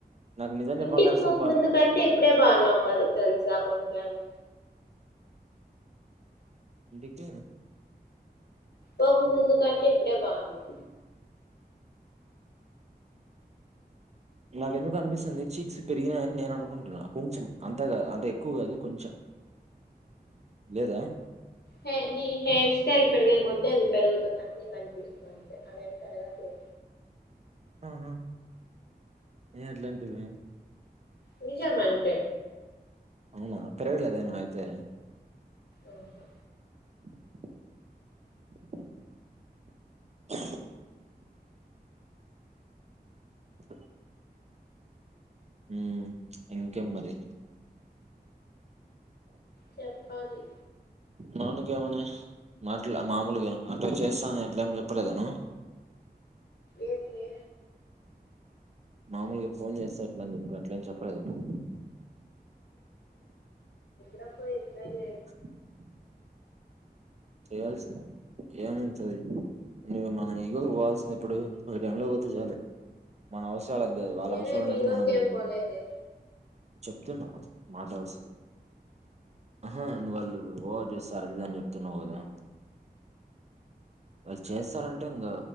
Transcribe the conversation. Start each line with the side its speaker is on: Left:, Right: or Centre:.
Right: నాకు నిజం చెప్పాలంటే
Left: ఇంటికి
Right: అసూయ
Left: పోక
Right: పడు
Left: ముందు కంటే ఇప్పుడే బాగున్నావు కద తెలుసా కొంచం కా
Right: టికే
Left: పోక ముందు కంటే ఇప్పుడే బాగున్నావ్
Right: నాకెందుకు అనిపిస్తుంది చిక్స్ పెరిగినాయని నేను అనుకుంటున్నా కొంచెం అంతాగా అంటే ఎక్కువ కాదు కొంచెం లేదా
Left: హే నీ హెయిర్ స్టైల్ పెరిగే కొద్ది ఆది పెరుగుతున్నటే నీకు అనిపిస్తుంది అంతే అదేమి పెరగట్లే
Right: ఆహ ఏ ఎట్లాంటివి
Left: నిజమంటే
Right: అవునా పెరగల్లేదేమ అయితే
Left: అహ
Right: <inaudible> <unintelligible> ఉమ్ ఇంకే మరి
Left: చెప్పాలి.
Right: మావోడికి ఏమని మాట్లా మామూలుగా అట్లా చేస్తాని అట్లమ చెప్పలేదా నువ్వు
Left: ఏంది
Right: మామూలుగా ఫోన్ చేస్తా ఎట్ల చెప్ప అట్ల చెప్పలేదా నువ్వు.
Left: ద పో ఎప్ప <unintelligible>
Right: <inaudible> చేయావల్సింది. ఏమైతది నువ్వు మన ఈగోకి పోవాల్సింది ఎప్పుడు పోయే టైమ్ లో పోతే చాలు మన అవసరం. వాళ్లకు కాదు వాళ్ళ
Left: నేనేమి
Right: అవసరాలు ఉన్నప్పుడు
Left: ఈగోకేం
Right: మనం మీకు
Left: పోలేదే
Right: చెప్తున్నా మాట వరసకి ఆహా నువ్వు వాళ్ళు ఓవర్ చేస్తారు అదిదని చెప్తున్నావు. కదా. వాళ్ళు చేస్తారంటే ఇంకా